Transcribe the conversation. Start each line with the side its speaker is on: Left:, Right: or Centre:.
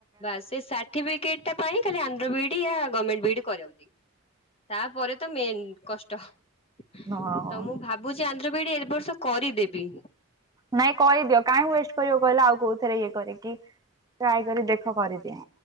Left: ବା ସେ ସାର୍ଟିଫିକେଟଟା ପାଇଁ ଖାଲି ଆନ୍ଧ୍ର ବିଇଡି ଗମେଣ୍ଟ ବିଇଡି କରନ୍ତି। ତାପରେ ତ ମେନ୍ କଷ୍ଟ ତ
Right: ହଁ
Left: ମୁଁ ଭାବ ଭାବୁଛି ଆନ୍ଧ୍ର ବି ଇ ଡି ଏ ବର୍ଷ କରିଦେବି।
Right: ନାଇଁ କହିଦିଅ କାହିଁକି ୱେଷ୍ଟ କରିବ କହିଲା ଆଉ କୋଉଥିରେ ଇଏ କରିକି ଟ୍ରାଏ କରି ଦେଖ କରିଦିଅ।